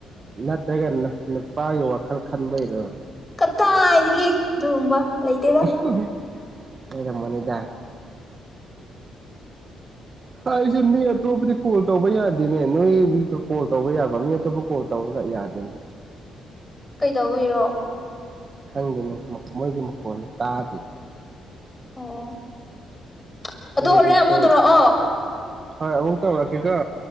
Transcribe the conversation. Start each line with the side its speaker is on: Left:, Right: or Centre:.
Right: ꯅꯠꯇ꯭ꯔꯒꯅꯅ ꯅꯨꯄꯥꯒꯤ ꯋꯥꯈꯜ ꯈꯟꯕꯩꯗꯣ
Left: ꯀꯇꯥ ꯍꯥꯏꯔꯤꯒꯦ ꯑꯗꯨꯒꯨꯝꯕ ꯂꯩꯇꯦꯗ
Right: ꯑꯣ ꯑꯩꯩꯅ ꯃꯅꯤꯗ ꯍꯥꯏꯁꯨꯦ ꯃꯤ ꯑꯇꯣꯞꯄꯗꯤ ꯀꯣꯜ ꯇꯧꯕ ꯌꯥꯗꯦꯅꯦ ꯅꯣꯏ ꯀꯣꯜ ꯇꯧꯕ ꯌꯥꯕ ꯃꯤ ꯑꯇꯣꯞꯄ ꯀꯣꯜ ꯇꯧꯔꯒ ꯌꯥꯗꯦꯅꯦ
Left: ꯀꯩꯗꯧꯕꯔꯣ
Right: ꯈꯪꯗꯅꯤ ꯃꯣꯏꯗꯤ ꯃꯈꯣꯟꯅꯤ ꯇꯥꯗꯦꯗꯤ
Left: ꯍ
Right: ꯅꯣꯏꯗꯤ
Left: ꯑꯣ ꯍꯣꯔꯦꯟ
Right: ꯑꯩꯈꯣꯏ
Left: ꯑꯃꯨ ꯇꯧꯔꯛꯑꯣ
Right: ꯍꯣꯏ ꯑꯃꯨꯛ ꯇꯧꯔꯁꯤꯗ